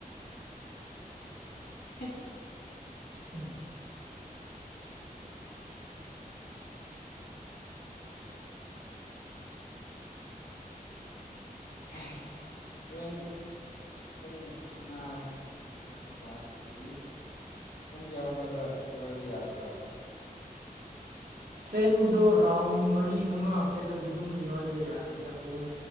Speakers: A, on the left; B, on the right.
A: <unintelligible>
B: ꯎꯝ
A: ꯑꯥꯁꯦꯟ ꯄꯨꯡ ꯃꯉꯥ ꯁ꯭ꯋꯥꯏꯗ ꯅ ꯂꯥꯛꯑꯒꯗꯤ ꯄꯨꯡ ꯀꯌꯥꯒꯨꯝꯕꯗ ꯏꯔꯣꯏꯕ ꯌꯥꯒꯗ꯭ꯔꯥ
B: ꯆꯦꯟꯕꯗꯣ ꯔꯥꯎꯟ ꯃꯔꯤ ꯃꯉꯥ ꯆꯦꯜꯂꯗꯤ ꯑꯗꯨꯝ ꯏꯔꯣꯏꯕ ꯌꯥꯔꯅꯤꯅ ꯄꯨꯡ